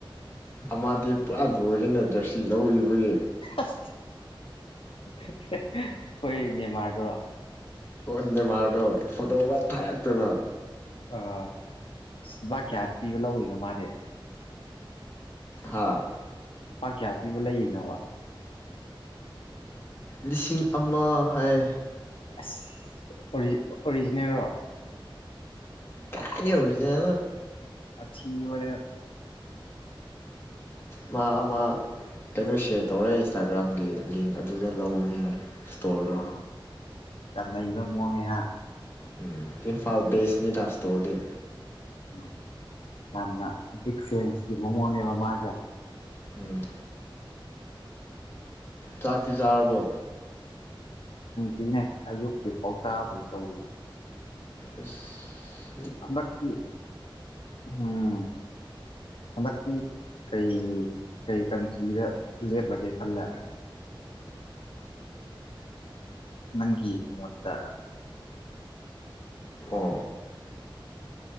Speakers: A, on the left; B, on the left.
A: ꯑꯃꯗꯤ ꯄꯨꯔꯥ ꯂꯣꯏꯔꯦꯅ ꯖꯔꯁꯤ ꯂꯧꯈꯤꯕꯒꯤ
B: ꯑꯁ ꯑꯩꯈꯣꯏ ꯅꯦꯃꯥꯔꯗꯣ
A: ꯑꯣ ꯅꯦꯃꯥꯔꯗꯣ ꯐꯣꯇꯣꯒ ꯊꯥꯔꯛꯇꯅ
B: ꯑ ꯚꯥꯛ ꯀꯌꯥ ꯄꯤꯕ ꯂꯧꯔꯤꯅꯣ ꯃꯥꯗꯤ
A: ꯍꯥꯥ
B: ꯂꯨꯄꯥ ꯀꯌꯥ ꯄꯤꯕ ꯂꯩꯔꯤꯅꯣꯕ
A: ꯂꯤꯁꯤꯡ ꯑꯃ ꯍꯥꯏ
B: ꯑꯁ ꯑꯣꯔꯤꯖꯤꯅꯦꯜꯔꯣ
A: ꯀꯥꯏꯗꯩ ꯑꯣꯔꯤꯖꯤꯅꯦꯜꯂꯣ
B: ꯊꯤ ꯋꯥꯔꯦꯝ
A: ꯃꯥ ꯑꯃ ꯀꯩꯅꯣ ꯁꯤꯌꯔ ꯇꯧꯔꯦ ꯏꯟꯁꯇꯥꯒ꯭ꯔꯥꯝꯒꯤ ꯂꯤꯡ ꯑꯗꯨꯗ ꯂꯧꯕꯅꯤ ꯇꯣꯔꯗꯣ
B: ꯑꯥ ꯌꯥꯝ ꯅꯩꯕ ꯃꯑꯣꯡꯅꯦꯍꯥ
A: ꯎꯝ ꯏꯝꯐꯥꯜ ꯕꯦꯁ ꯅꯤꯗ ꯁ꯭ꯇꯣꯔꯗꯤ
B: ꯎꯝ ꯌꯥꯝꯅ ꯕꯤꯛ ꯐꯦꯟꯖꯀꯤ ꯃꯑꯣꯡꯅꯦꯕ ꯃꯥꯒ
A: ꯎꯝ ꯆꯥꯛꯇꯤ ꯆꯥꯔꯕꯣ
B: ꯁꯤꯅꯦ ꯑꯌꯨꯛꯀꯤ ꯄꯥꯎ ꯇꯗ꯭ꯔꯤ ꯇꯧꯔꯤꯁꯦ
A: ꯑꯁ
B: ꯍꯟꯗꯛꯇꯤ ꯎꯝ ꯍꯟꯗꯛꯇꯤ ꯀꯩ ꯀꯩ ꯀꯟꯇ꯭ꯔꯤꯗ ꯂꯦꯞꯂꯒꯦ ꯈꯜꯂꯦ <inaudible> ꯅꯪꯒꯤ ꯃꯣꯠꯇ
A: ꯑꯣ